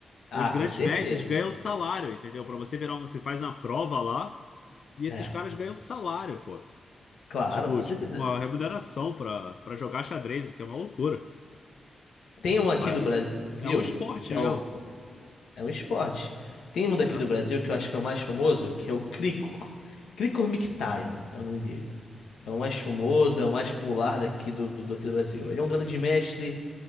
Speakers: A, on the left (about 75°); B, on the left (about 50°).
A: Ah,
B: Os grandes
A: com certeza.
B: mestres ganham salário, entendeu? Pra você virar, um- você faz uma prova lá e
A: É,
B: esses caras ganham salário, pô.
A: claro,
B: Tipo,
A: com
B: tipo
A: certeza.
B: uma remuneração pra, pra jogar xadrez, o que é uma loucura.
A: Tem um aqui
B: Mas
A: do Brasil
B: é um esporte
A: que
B: mesmo,
A: é, o, é um esporte. Tem um daqui
B: né?
A: do Brasil que eu acho que é o mais famoso, que é o Cricor. Cricor Mkhitaryan é o nome dele. É o mais famoso, é o mais popular daqui do, do, aqui do Brasil. Ele é um grande mestre,